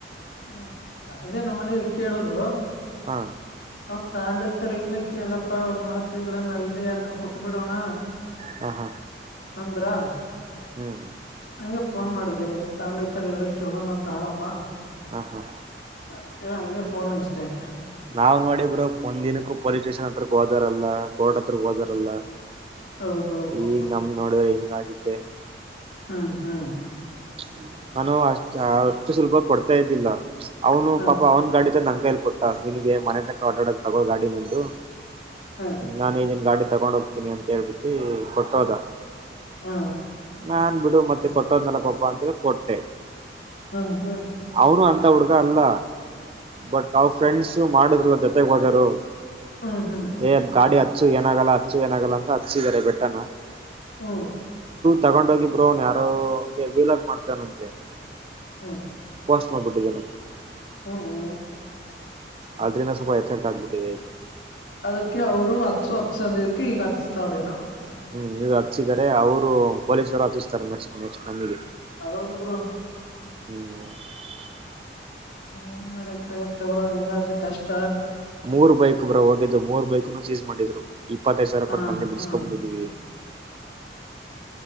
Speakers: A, on the left; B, on the right.
A: ಹು ನಾ ಅದೇ ನಮ್ಮ ಮನನೆಲಿ ಕೇಳಿದ್ರು
B: ಹಾ
A: ಅವರು ತಗೊಂಡಹೋಯತ್ತಾರೆಲ್ಲ ಇಲ್ಲ ಕೇಳು ಅಪ್ಪ ಒಂದ ಮಾತ ಇಲ್ಲ ನಾವ್ ಇಲ್ಲ ಯಾರಿಗ ಕೊಟ್ಟ್ ಬಿಡೋಣ
B: ಹ ಹ
A: ಅಂದ್ರಾ
B: ಹು ಹು
A: ನಂಗೆ ಫೋನ್ ಮಾಡಿದೆ ತಗೊಂಡುಹೊಯತಾರಿಲ್ಲ ಎಲ್ಲ ಕೇಳೋಣ ತಗೋಳಪ್ಪಾ
B: ಹಾ ಹಾ
A: ಅಂತೇಳಿ ಹಂಗೆ ಫೋನ್ ಹಚ್ಚಿದೆ
B: ನಾವ ನೋಡಿ ಬ್ರೋ ಒಂದ ದಿನಕ್ಕೂ ಪೊಲೀಸ್ ಸ್ಟೇಷನ್ ಹತ್ರಕ್ಕೆ ಹೋದರಲ್ಲಾ ಕೋರ್ಟ್ ಹತ್ರ ಹೋದರಲ್ಲ
A: ಹೌದೌದು
B: ಈ ನಮ್ಮ ನೋಡಿದ ಹಿಂಗ ಆಗೆತೆ
A: ಹ್ಮ್ ಹ್ಮ್
B: ಪ್ಚ್ ನಾನು ಅಷ್ಟ ಅಷ್ಟು ಸುಲಭ ಕೊಡ್ತಾ ಪ್ಚ್ ಇದಿಲ್ಲಾ ಅವನು
A: ಹ್ಮ್
B: ಪಾಪ ಅವನ್ ಗಾಡಿತಂದ ನಂಗ ತ್ತೇಳಿ ಕೊಟ್ಟ ನಿನಗೆ ಮನೆತಕ ಅಡ್ಡಾಡಕ್ ತಗೋ ಗಾಡಿ ದುಡ್ಡು
A: ಹ್ಮ್
B: ನಾನ್ ಇದನ್ ಗಾಡಿ ತಗೊಂಡ್ ಹೋಗ್ತೀನಿ ಅಂತ ಹೇಳ್ಬಿಟ್ಟಿ ಕೊಟ್ಟೋದಾ
A: ಹಾ
B: ನಾನ್ ಬಿಡು ಮತ್ತೆ ಕೊಟ್ಟೋನೆ ಪಾಪಾ ಅಂತ ಹೇಳಿ ಕೊಟ್ಟೆ
A: ಹ ಹ
B: ಅವನು ಅಂತ ಹುಡ್ಗ ಅಲ್ಲ ಬಟ್ ಅವ್ ಫ್ರೆಂಡ್ಸ ಮಾಡುದ್ರು ಜೊತೆಗ್ ಹೋದಿರೋರು
A: ಹ್ಮ್ ಹ್ಮ್
B: ಏ ಗಾಡಿ ಹಚ್ಚು ಏನಾಗಲ್ಲ ಹಚ್ಚು ಏನಾಗಲ್ಲ ಅಂತ ಹಚ್ಚಸಿದ್ದಾರೆ ಬೆಟ್ಟನ
A: ಹ್ಮ
B: ತಗೊಂಡೋಗಿಬ್ರರು ಅವನ್ ಯಾರೋ ಹಂಗೆ ವೀಲಗ್ ಮಾಡ್ತಾನಂತೆ
A: ಹ್ಮ್
B: ಪೋಸ್ಟ್್ಮ ಪಟ್ಟಿಿದ್ದರೆ
A: ಹಾ ಹ್ಮ
B: ಆದ್ರಿಂದ ಸ್ವಲ್ಪ ಎಫೆಕ್ಟ್ ಆಗ್ಬಿಟ್ಟಿದೆ ಈ ತರ
A: ಅದಕ್ಕೆ ಅವರು ಹತ್ಸ ಹತ್ಸ ಅಂದಿದಕ್ಕೆ ಈಗ ಹತ್ಸ್ತಾವ್ರೇನ
B: ಹ್ಮ್ ಇದು ಹಚ್ಚಿದಿದ್ದಾರೆ ಅವರು ಪೊಲೀಸರು ಹತ್ತಿಸ್ತಾರೆ ನೆಕ್ಸ್ಟ್ ನೆಕ್ಸ್ಟ್ ನಮಗೆ
A: ಹೌದು ಬರು
B: ಹ್ಮ್
A: ಏನ್ ಮಾಡಕ್ ಆಗತ್ತ ಅವರು ಹಂಗಾದ್ರೆ ಕಷ್ಟ
B: ಮೂರ್ ಬೈಕ್ು ಬ್ರಾ ಹೋಗಿದ್ದು ಮೂರ್ ಬೈಕನು ಚೀಸ್ ಮಾಡಿದ್ರು ಇಪ್ಪತ್ತೈದು ಸಾವಿರ
A: ಹಾ
B: ಕೊಟ್ಟ ಮೊೆ ಬಿಡಿಸ್ಕೊಬಂದಿದ್ದೀವಿ
A: ಹಾ